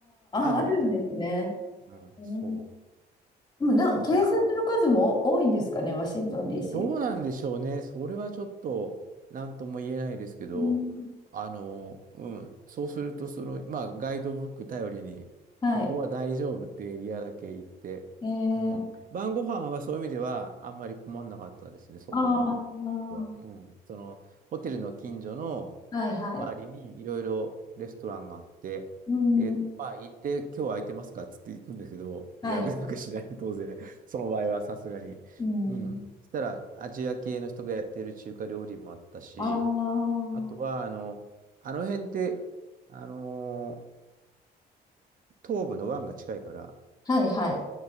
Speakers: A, on the right; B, on the left.
A: あるみたい。
B: あ、あるんですね。
A: うん、
B: うん、
A: そ
B: でもなんか警察の数も多いんですかね、
A: う。だからそれ。
B: ワシントン DC
A: どうなんでしょうね。
B: は。
A: それはちょっと何とも言えないですけど、
B: うん、
A: あの、うん、そうすると、その、まあ、ガイドブック頼りに、
B: はい。
A: ここは大丈夫ってエリアだけ行って、
B: えー、
A: うん、晩ご飯はそういう意味ではあんまり困んなかったですね、そこは。
B: ああ、
A: 僕はうん、その、ホテルの近所の
B: はいはい。
A: 周りにいろいろレストランがあって、
B: うん、
A: で、まあ、行って、今日空いてますかっつって行くんですけど、
B: はい。
A: 予約なんかしない、当然、その場合はさすがに。
B: うん、
A: うん。そしたら、アジア系の人がやってる中華料理もあったし、
B: ああ、
A: あとは、あの、あの辺って、あのー東部の湾が近いから、
B: はいはい。